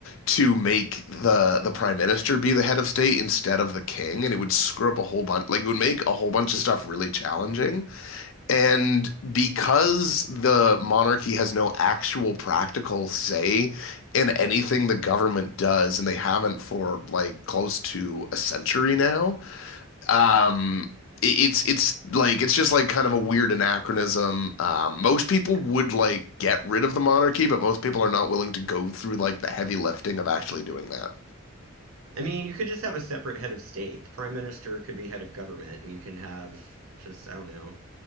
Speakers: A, on the left; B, on the right.
A: to make the the prime minister be the head of state instead of the king, and it would screw up a whole bunch. Like it would make a whole bunch
B: Hmm.
A: of stuff really challenging. And because the monarchy has no actual practical say in anything the government does, and they haven't for like close to a century now, um, it- it's it's like it's just like kind of a weird anachronism. Um, most people
B: Yeah.
A: would like get rid of the monarchy, but most people are not willing to go through like the heavy lifting of actually doing that.
B: I mean, you could just have a separate head of state. The prime minister could be head of government, and you can have just, I don't know.